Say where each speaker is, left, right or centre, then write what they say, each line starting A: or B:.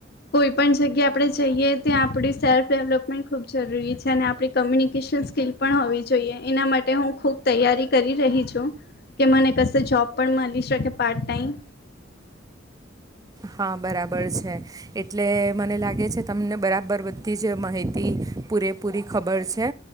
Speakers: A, on the left; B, on the right.
A: કોઈ પણ જગ્યા આપણે જઈએ ત આપણી સેલ્ફ ડેવલપમેન્ટ ખૂબ જરૂરી છે અને આપણી કોમ્યુનિકેશન સ્કીિલ પણ હોવી જોઈએ એના માટે હું ખૂબ તૈયારી કરી રહી છું કે મને કશે જોબ પણ મળી શકે પાર્ટ ટાઈમ
B: હા બરાબર છે એટલે મને લાગે છે તમને બરાબ બર બધી જ માહિતી પૂરેપૂરી ખબર છે